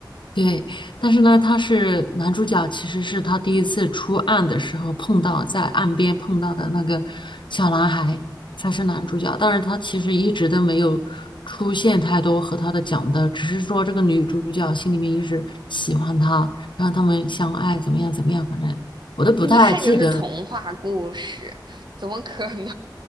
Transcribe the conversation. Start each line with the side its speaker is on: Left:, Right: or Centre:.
Left: 对，但是呢，他是男主角，其实是他第一次出岸的时候碰到在岸边碰到的那个小男孩才是男主角，但是他其实一直都没有出现太多和他的讲的，只是说这个女主角心里面一直喜欢他，然后他们相爱怎么样怎么样，反正我都不太记得，
Right: 一看就是童话故事，怎么可能